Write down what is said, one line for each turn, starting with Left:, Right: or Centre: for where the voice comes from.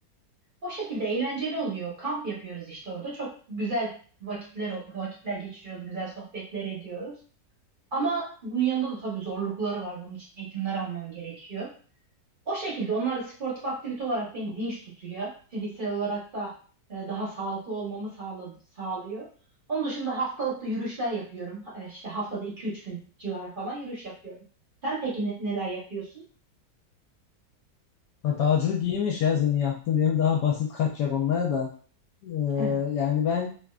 Right: O şekilde eğlenceli oluyor. Kamp yapıyoruz işte orada. Çok güzel vakitler vakitler geçiriyoruz. Güzel sohbetler ediyoruz. Ama bunun yanında da tabii zorlukları var. Bunun için eğitimler alman gerekiyor. O şekilde onlar da sportif aktivite olarak beni dinç tutuyor. Fiziksel olarak da e, daha sağlıklı olmamı sağla- sağlıyor. Onun dışında haftalıkta yürüyüşler yapıyorum. E, İşte haftada iki üç gün civarı falan yürüyüş yapıyorum. Sen peki ne- neler yapıyorsun?
Left: Ha, dağcılık iyiymiş ya senin yaptığın benim daha basit kaçacak onlara da. Ee,
Right: <laughs>
Left: yani ben